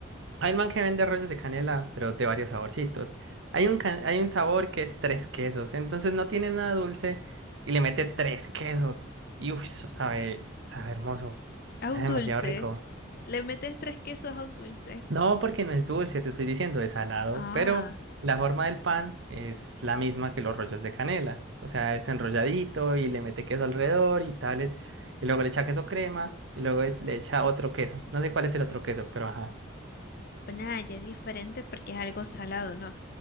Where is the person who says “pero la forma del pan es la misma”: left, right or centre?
Right